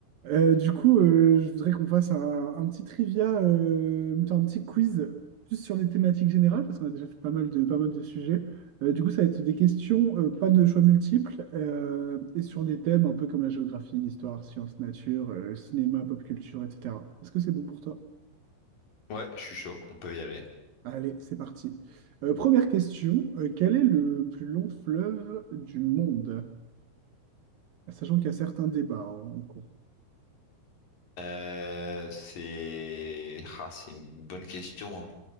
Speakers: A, on the right; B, on the left.
A: Euh, du coup, euh, je voudrais qu'on fasse un, un petit trivia, euh, plutôt un petit quiz, plus sur des thématiques générales, parce qu'on a déjà fait pas mal de, pas mal de sujets. Euh, du coup, ça va être des questions, euh, pas de choix multiples, euh, et sur des thèmes un peu comme la géographie, l'histoire, sciences, nature, euh, cinéma, pop culture, etc. Est-ce que c'est bon pour toi?
B: Ouais, je suis chaud, on peut y aller.
A: Allez, c'est parti. Euh, première question, euh, quel est le plus long fleuve du monde? Sachant qu'il y a certains débats en cours.
B: Euh, c'est ah, c'est une bonne question. hein.